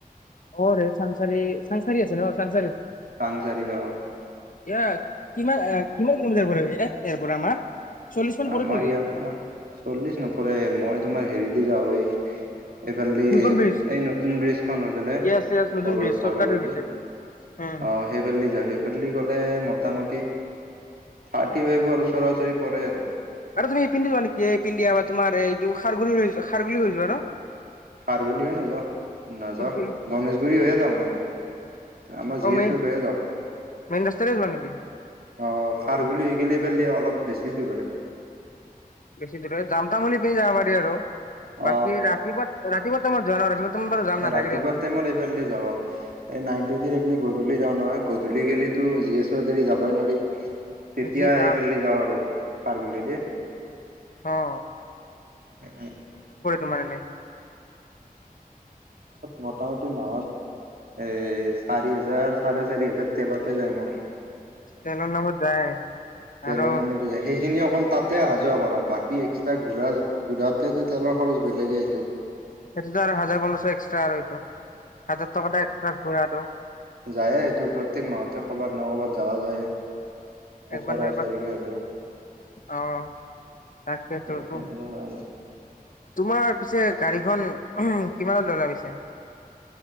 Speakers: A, on the left (about 60°); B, on the right (about 75°).
A: অ চাংচাৰি চাংচাৰি আছে ন চ
B: তাং চাৰ দিগী অ
A: এ কিমান কিমান কিলোমিটাৰ পৰেব এ ইয়াৰ পৰা আমাৰ চল্লিশ মান
B: আমাৰ
A: পৰে চাগে
B: ইয়াৰ পৰা চল্লিছ নপৰে মই তোমাৰ হেৰি দি যাব এই এইফালেদি
A: নতুন ব্ৰিজ
B: এই নতুন ব্ৰিজখন হৈ পেলাইৰ
A: য়েছ য়েছ নতুন ব্ৰিজ
B: ফৰলৈদি
A: চৰ্টকাট হৈ গৈছে উম
B: আহ সেইফালেদি যাওঁ সেইফালেদি গ'লে মোটামুটি থাৰ্টি ফাইভৰ উচৰা উচৰি পৰে আৰু
A: আৰু তুমি এই পিন্ধি যোৱা নেকি এই পিন্ধা বা তুমাৰ এইটো খাৰগুল খাৰুল হৈৈ যোৱা আৰু
B: খাৰগল হৈ নাযাও নাযাও
A: কোনটো
B: গণেশগুৰি হৈয়ে যাও মই আমাৰ জি
A: অ
B: এচয়ে
A: মেইন
B: যাওঁ
A: মেইন ৰাস্তাৰে যোৱা নেকি
B: আহ খাৰগল হৈ গেল পেলি অলপ বেছি দূৰ হয়
A: বেছি দূৰে যাম তাম বুলি পি যাব পাৰি আৰু
B: অ
A: বাকী ৰাতিপা ৰাতিপুৱা টাইমত <unintelligible> নাথাকে
B: এ ৰাতিপুৱা
A: দিয়াচোন
B: টাইমত এইফালে যা এই নাইট ডিউটি থখি গধূলি যাওঁ নহয় গধূলি গলেিতো জি এচৰ দেৰি যাবই নোৱাৰি তেতিয়া
A: যি যাম
B: এইফালে যাওঁ আৰু সাৰ বুলি দেই
A: অ তোমাৰনে
B: মোটামুটি মাহত এ চাৰি হোজাৰ চাৰে চাৰি হোজাৰ তেলতে যায় মোৰ
A: তেলৰ নামত যায়
B: তেলৰ
A: আৰু
B: নামত যায় সেইখিনি অকল তাত টোৱে আহা যোৱা কৰা বাকী এক্সট্ৰা ঘুৰা ঘুৰাতেতটো তেলৰ খৰচ বেলেগে সটো
A: সেইটোতো আৰু হাজাৰ পোন্ধৰশ এক্সট্ৰা আৰু এইটো হাজাৰ টকা এটা এক্সট্ৰা ঘ আৰু টো
B: যায় সেইটো প্ৰত্যেক মাহতে কৰ'বাত নহয় ক'ৰবাত যোৱা যায়।
A: একবাৰ
B: ওচৰা ওচৰিকে
A: <unintelligible> অ',
B: হ'লেও
A: তাকে তোৰটো
B: সেনেকুৱা আৰু
A: তোমাৰ পিছে গাড়ীখন কিমান <unintelligible> লাগিছে?